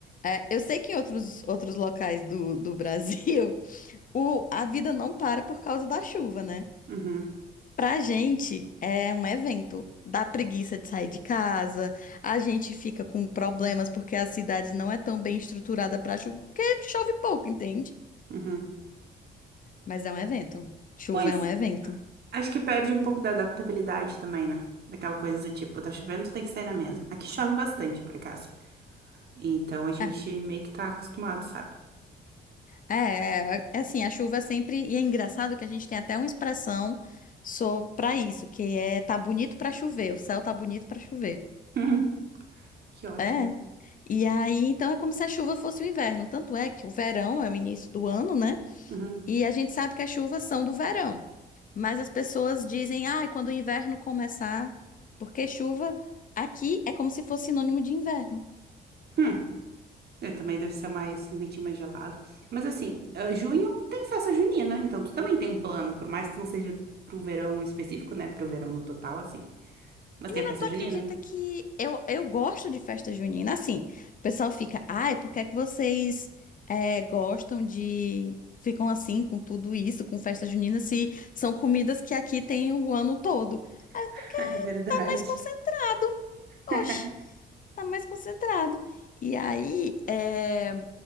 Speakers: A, on the left; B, on the right.
A: é, eu sei que em outros, outros locais do, do Brasil <laughs> o, a vida não para por causa da chuva, né?
B: Uhum,
A: Pra gente é um evento. Dá preguiça de sair de casa, a gente fica com problemas porque a cidade não é tão bem estruturada pra chuva, porque chove pouco, entende?
B: uhum.
A: Mas é um evento. Chuva
B: Pois
A: é um evento.
B: Acho que perde um pouco da adaptabilidade também, né? Daquela coisa do tipo, tá chovendo, tu tem que sair na mesma. Aqui chove bastante, por acaso. Então a gente
A: É.
B: meio que tá acostumado, sabe?
A: É, é, é assim, a chuva sempre. E é engraçado que a gente tem até uma expressão só pra isso, que é tá bonito pra chover, o céu tá bonito pra chover.
B: <laughs> Que ótimo.
A: É. E aí, então é como se a chuva fosse o inverno. Tanto é que o verão é o início do ano, né?
B: Uhum.
A: E a gente sabe que as chuvas são do verão. Mas as pessoas dizem, ah, quando o inverno começar, porque chuva aqui é como se fosse sinônimo de inverno.
B: Hum. É, também deve ser mais um bitinho mais gelado. Mas assim, ah, junho tem festa junina, então tu também tem um plano, por mais que não seja pro verão específico, né? Pro verão no total, assim. Mas
A: Menina,
B: tem a festa
A: tu acredita
B: junina.
A: que eu, eu gosto de festa junina? Assim, o pessoal fica, ai, por que é que vocês é, gostam de. Ficam assim com tudo isso, com festa junina, se são comidas que aqui tem o ano todo? Ah,
B: <laughs>
A: É porque
B: é verdade.
A: tá mais concentrado.
B: <laughs>
A: Oxe, tá mais concentrado. E aí, é,